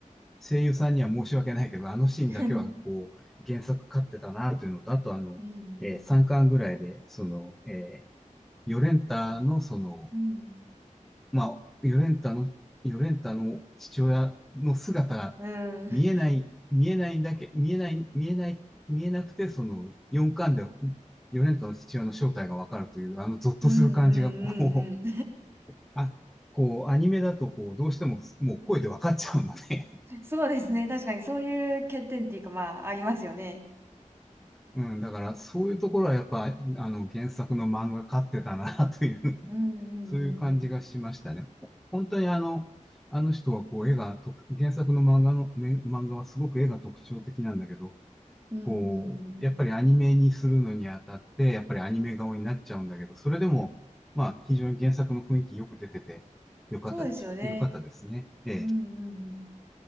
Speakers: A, in the centre; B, on the right.
A: 声優さんには申し訳ないけど、あのシーンだけはこう、
B: <laughs>
A: 原作勝ってたなというのと、あとあの、
B: うんうん。
A: え3巻ぐらいで、その、えーヨレンタのその、
B: うん。
A: まあ、ヨレンタの、ヨレンタの父親の姿が
B: うん。
A: 見えない、見えないだけ、見えない、見えない、見えなくて、その4巻でヨレンタの父親の正体がわかるという、あのゾッとする感じが、
B: うんうんうん
A: こう、あ、こう、アニメだと、こう、どうしても、もう声でわかっちゃうので、
B: うん。<laughs> そうですね。確かにそういう欠点っていうか、まあ、ありますよね。
A: うん、だから、そういうところはやっぱ、あの、原作の漫画勝ってたな、という
B: うんうんうんうん。
A: そういう感じがしましたね。ほ本当にあの、あの人はこう絵が特、原作の漫画の、ね、漫画はすごく絵が特徴的なんだけど、
B: うんうんうん。
A: こう、やっぱりアニメにするのにあたって、やっぱりアニメ顔になっちゃうんだけど、それでも、まあ、非常に原作の雰囲気よく出てて、よかったです。
B: そうですよね。
A: よかったですね。ええ。
B: うんうんうん。